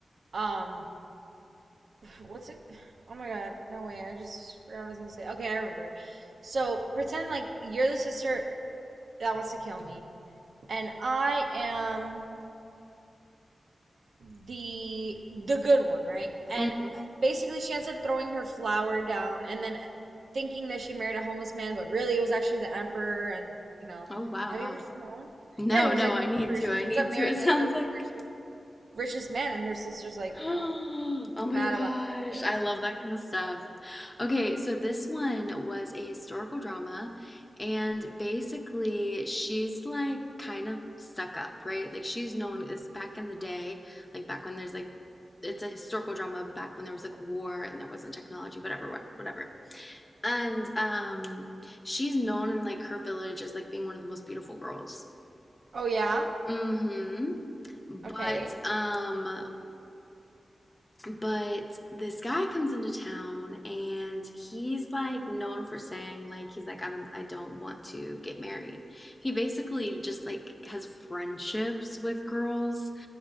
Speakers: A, on the right (about 75°); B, on the left (about 25°).
A: um What's it? Oh my God. No way. I just forgot what I was gonna say. Okay, I remember. So pretend like you're the sister that wants to kill me, and I am the the good one, right? And
B: Mm.
A: basically she ends up throwing her flower down and then thinking that she married a homeless man, but really it was actually the emperor and you know,
B: Oh, wow,
A: have
B: wow.
A: you ever seen that one?
B: No,
A: Yeah, he was
B: no,
A: like
B: I
A: the
B: need
A: emperor.
B: to.
A: She
B: I
A: ends
B: need
A: up marrying
B: to. <laughs> It sounds
A: like the
B: like
A: richest richest man and her sister's like,
B: <gasps>
A: you
B: Oh
A: know,
B: my
A: mad
B: gosh,
A: about it because
B: I love that kind of stuff. Okay, so this one was a historical drama, and
A: Mm-hmm.
B: basically, she's like kind of stuck up, right? Like, she's known as back in the day, like back when there's like it's a historical drama back when there was like war and there wasn't technology, whatever, whatever. And um, she's known in like her village as like being one of the most beautiful girls.
A: Oh yeah?
B: Mm-hmm.
A: Okay.
B: But um But this guy comes into town and he's like known for saying like he's like I'm I don't want to get married. He basically just like has friendships with girls